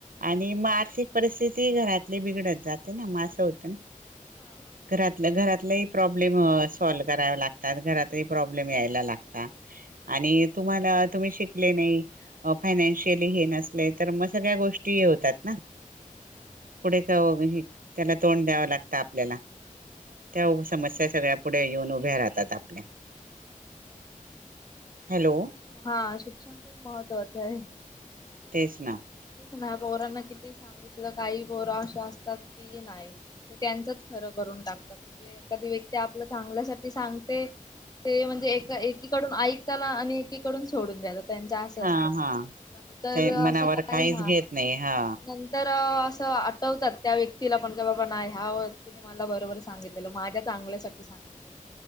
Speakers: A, on the right (about 80°); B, on the left (about 25°).
A: आणि मग आर्थिक परिस्थिती घरातली बिघडत जाते ना मग असं होतं
B: हा मग
A: घरातल्या
B: तेच.
A: घरातल्याही प्रॉब्लेम अ सॉल्व कराव ला अन घरातही प्रॉब्लेम यायला लागता आणि तुम्हांला तुम्ही शिकले नाही फायनानशियली हे नसले तर मग सगळ्या गोष्टी हे होतात ना
B: तेच ना
A: पुढे काय होईल त्याला तोंड द्यावं लागतं आपल्याला
B: बरोबर
A: त्या अ समस्या सगळ्या पुढे येऊन उभ्या राहतात आपल्या
B: शिक्षण
A: हॅलो
B: खूप हा शिक्षण खूप महत्वाच आहे
A: तेचना
B: नाय पोरांना किती सांगितलं काही पोरा अशे असतात की नाय ते त्यांचच खरं करू टाकतात म्हणजे एखादी व्यक्ती आपल्या चांगल्यासाठी सांगते ते एक एकीकडून ऐकताना आणि एकीकडून सोडून द्याच त्यांच असं
A: हा
B: असतं
A: हा
B: नंतर
A: ते
B: असं
A: मनावर
B: काय
A: काहीच
B: हा
A: घेत नाही हा
B: नंतर असं आठवतात त्या व्यक्तीला पण की बाबा नाही ह्या व्यक्तीनी मला बरोबर सांगितलेलं माझ्या चांग चांगल्यासाठी सांगितलेलं